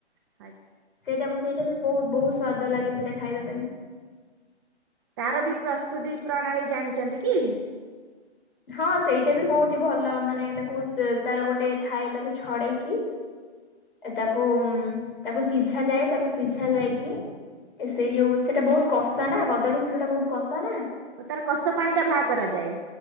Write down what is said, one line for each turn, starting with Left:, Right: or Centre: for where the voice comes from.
Right: <unintelligible>
Left: ସେଇଟା ସେଇଟା ବି ବହୁତ୍ ବହୁତ୍ ସ୍ଵାଦ ଲାଗେ ସେଇଟା ଖାଇବା ପାଇଁ।
Right: ତାର ବି ପ୍ରସ୍ତୁତି ପ୍ରଣାଳୀ ଜାଣିଚନ୍ତି କି?
Left: ହଁ, ସେଇଟା ବି ବହୁତ ହି ଭଲ ମାନେ ତାକୁ ସେ ତାର ଗୋଟେ ଥାଏ, ତାକୁ ଛଡେଇକି ଏ ତାକୁମ୍ ତାକୁ ସିଝା ଯାଏ, ତାକୁ ସିଝା ଯାଇକି ଏ ସେଇ ଯୋଉ ସେଟା ବହୁତ କଷା ନା, କଦଳୀ ଫୁଲ ଟା ବହୁତ କଷା ନା।
Right: ଓ ତାର କଷ ପାଣି ଟା ବାହା କରାଯାଏ।